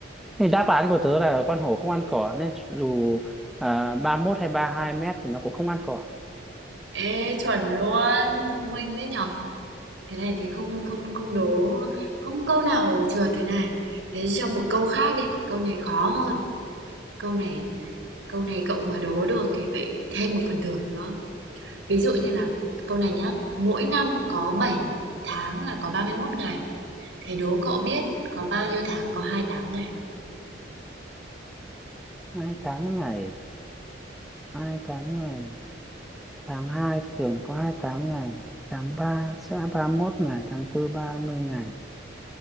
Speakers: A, in the centre; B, on the right (about 75°).
A: Thì đáp án của tớ là con hổ không ăn cỏ nên dù à, 31 hay 32 mét thì nó cũng không ăn cỏ.
B: Ê chuẩn luôn, thông minh đấy nhở. Thế này thì không không không đố không câu nào trượt thế này. Thế cho một câu khác đi, câu này khó hơn. Câu này câu này cậu mà đố được thì phải thêm một phần thưởng nữa. Ví dụ như là câu này nhá, mỗi năm có 7 tháng là có 31 ngày. Thế đố cậu biết có bao nhiêu tháng có 28 ngày.
A: Hai tháng ngày, hai tháng ngày, tháng 2 thì thường có 28 ngày, tháng 3 sẽ 31 ngày, tháng 4 30 ngày.